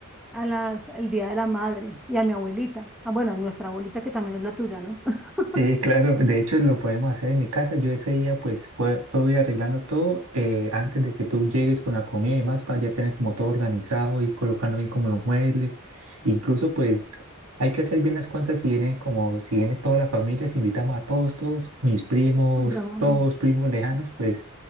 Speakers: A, in the centre; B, on the right (about 70°).
A: a las, el Día de la Madre y a mi abuelita. Ah, bueno, a nuestra abuelita que también es la tuya, ¿no? <laughs>
B: Sí, claro, de hecho lo podemos hacer en mi casa. Yo ese día pues pue- puedo ir arreglando todo eh, antes de que tú llegues con la comida y demás para ya tener como todo organizado y colocando bien como los muebles. Incluso pues hay que hacer bien las cuentas si viene como si viene toda la familia, si invitamos a todos, todos, mis primos,
A: Pues, la madre.
B: todos primos lejanos, pues